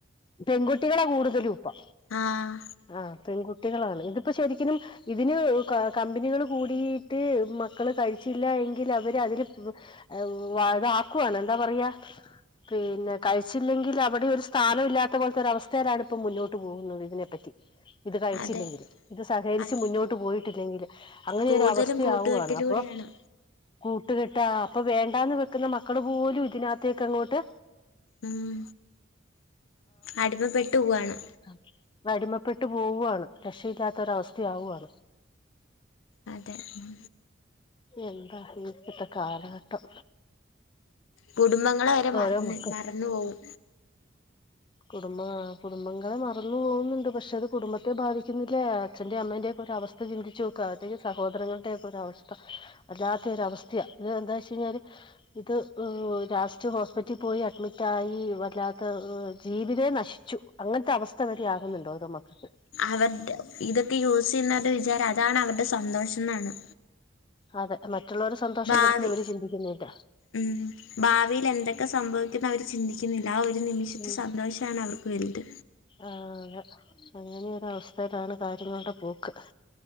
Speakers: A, on the left (about 25°); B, on the left (about 85°).
A: പെൺകുട്ടികളാ കൂടുതലു ഇപ്പൊ
B: ആഹ്
A: ആഹ് പെൺകു ട്ടികളാണ് ഇതിപ്പോ ശരിക്കിനും ഇതിന് കമ്പനികള് കൂടീ ട്ട് മക്കള് കഴിച്ചില്ലാ എങ്കിൽ അവര് അതില് പ് എഹ് വ ഇതാക്കുവാണ് എന്താ പറയാ പിന്നെ കഴിച്ചില്ലെങ്കിൽ അവിടെ ഒരു സ്ഥാനം ഇല്ലാത്ത പോലത്തരവസ്ഥയിലാണ് ഇപ്പോ മുന്നോട്ട് പോകുന്നത് ഇതിനെപ്പറ്റി. ഇത് കഴിച്ചില്ലെങ്കില്.
B: അതെ
A: ഇത് സഹകരിച്ച്
B: അതെ
A: മുന്നോട്ട് പോയിട്ടില്ലെങ്കില് അങ്ങനെരവസ്ഥ
B: കൂടുതലും
A: സ്ഥയാവുവാണ്
B: കൂട്ടുകെട്ടിലൂടെയാണ്
A: അപ്പൊ കൂട്ട്കെട്ടാ അപ്പൊ വേണ്ടാന്ന് വെക്കുന്ന മക്കള് പോലും ഇതിനകത്തേക്കങ്ങോട്ട്
B: ഉം അടിമപ്പെട്ടുവ്വാണ്
A: അഹ് പ്പൊ അടിമപ്പെട്ട് പോവ്വാണ് രക്ഷയില്ലാത്ത ഒരവസ്ഥയാവുവാണ്
B: അതെ ഉം
A: എന്താ ഈ ഇപ്പത്തെ കാലഘട്ടം
B: കുടുംബങ്ങളെ വരെ മറന്ന്
A: ഓരോ മക്കൾ
B: മറന്നു പോവും
A: കുടുംബ ആഹ് കുടുംബങ്ങളെ മറന്നു പോവ്ന്നുണ്ട് പഷെ അത് കുടുംബത്തെ ബാധിക്കുന്നില്ലേ അച്ഛന്റെ അമ്മന്റേം ഒക്കൊരവസ്ഥ. സ്ഥ ചിന്തിച്ചു നോക്ക് അവര്ടേ ഈ സഹോദരങ്ങൾടെ ഒക്കൊരവസ്ഥ. വല്ലാത്ത ഒരവസ്ഥയ ത് ന്താച്ചയ്ഞ്ഞാല് ഇത് ലാസ്റ്റ് ഹോസ്പിറ്റി പോയി അഡ്മിറ്റായി വല്ലാത്ത ഹ് ജീവിതേ നശിച്ചു അങ്ങൻത്തെ അവസ്ഥ വരെയാകുന്നുണ്ട് ഓരോ മക്കൾക്ക്
B: അവര്ടെ ഇതൊക്കെ യൂസ് ചെയ്യ്ന്നവരുടെ വിചാരം അതാണ് അവരുടെ സന്തോഷം ന്നാണ്
A: അതെ മറ്റുള്ളവര്ടെ സന്തോഷം
B: ഭാവി
A: കെടുത്ത്ന്ന് ഇവര് ചിന്തിക്കുന്നില്ല
B: ഉം ഭാവിയില് എന്തൊക്കെ സംഭവിക്കുംന്നവര് ചിന്തിക് ക്കിന്നില്ല ആ ഒരു നിമിഷത്തെ
A: ഉം
B: സന്തോഷാണ് അവർക്ക് വെല്ത്
A: ആഹ് അതെ അങ്ങനെയൊരവസ്ഥയിലാണ് കാര്യങ്ങളുടെ പോക്ക്